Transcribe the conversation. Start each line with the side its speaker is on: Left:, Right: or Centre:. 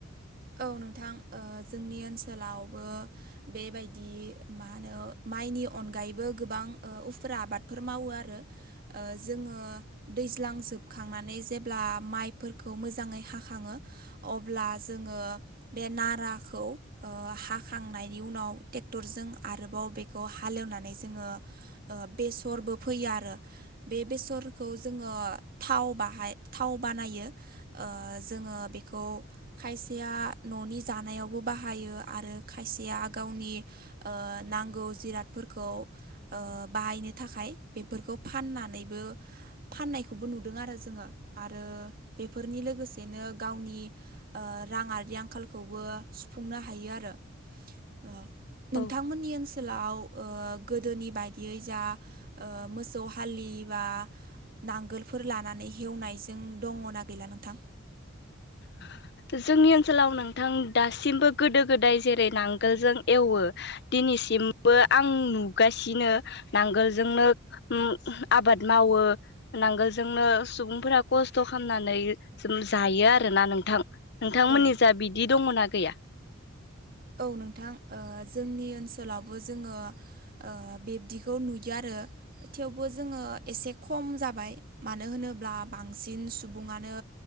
Right: औ नोंथां ओ जोंनि ओनसोलावबो बेबायदि मा होनो माइनि अनगायैबो गोबां ओ उफुरा आबाद फोर मावो आरो जोङो दैज्लां जोबखांनानै जेब्ला माइफोरखौ खौ मोजाङै हाखङो अब्ला- जोङो बे नाराखौ ओ हाखांनायनि उनाव टेक्टरजों आरोबाव बेखौ हालेवनानै जोङो ओ बेसरबो फोयो आरो बे बेसरखौ- ओ थाव बाहाय थाव बानायो ओ जोङो बेखौ खायसेया न'नि जानायावबो बाहायो आरो खायसेया गावनि ओ नांगौ जिरादफोरखौ ओ बाहायनो थाखाय बेफोरखौ फाननानैबो फाननायखौबो नुदों आरो जोङो आरो बेफोरनि लोगोसेनो गावनि- ओ राङारि आंखालखौबो सुफुंनो हायो आरो- ओ नोंथांमोननि
Left: औ
Right: ओनसोलाव- ओ गोदोनि बायदियै जा ओ मोसौ हालि बा- नांगोलफोर लानानै हेवनायजों दङना‌ गैला नोंथां?
Left: <inaudible> जोंनि ओनसोलाव नोंथां दासिमबो गोदो गोदाय जेरै नांगोलजों एवो दिनैसिम बो आं नुगासिनो नांगोलजोंनो ओम आबाद मावो- नांगोलजोंनो सुबुंफोरा खस्थ' खालामनानै जायो आरो ना नोंथां नोंथांमोननि
Right: औ
Left: जा बिदि दङना गैया?
Right: औ नोंथां ओ जोंनि ओनसोलावबो जोङो ओ बिब्दिखौ नुयो आरो- थेवबो जोङो एसे खम जाबाय मानो होनोब्ला बांसिन सुबुङानो